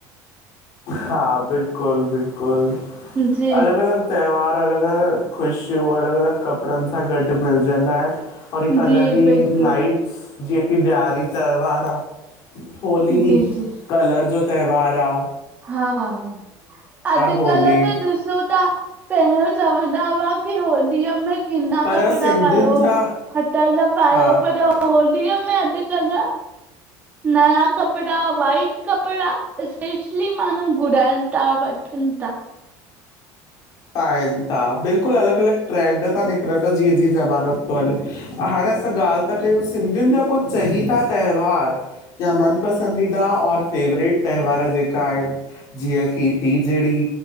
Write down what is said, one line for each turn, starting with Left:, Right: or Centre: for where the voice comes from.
Left: हा बिल्कुल बिल्कुल
Right: जी
Left: अलग अलग त्यौहार अलग अलग ख़ुशियूं अलग अलग कपड़न सां गॾु मिलजंदा आहिन और हिक अलग
Right: जी
Left: ई
Right: बिल्कुलु
Left: लाइट जीअं की ॾयारी त्यौहार आ होली
Right: जी जी
Left: कलर जो त्यौहार आ
Right: हा हा हा अॼकल
Left: होली
Right: त ॾिसूं था पहरियों चवंदा हुआ की होलीअ में किना
Left: पर
Right: कपड़ा
Left: सिंधियुनि
Right: पायो
Left: जा
Right: फटल पायो
Left: हा
Right: पर होलीअ में अॼुकल नयां कपड़ा वाइट कपड़ा स्पेश ली माण्हू घुराइन था वठन था
Left: पाइन था बिल्कुल अलग अलग ट्रैंड था निकरन जीअं जीअं ज़मानो थो हले हाणे असां ॻाल था कयूं सिंधियुन जा कुछ चहीता त्यौहार या मन पसंदीदा और फेवरेट त्यौहार जेका आहिन जीअं की तीजड़ी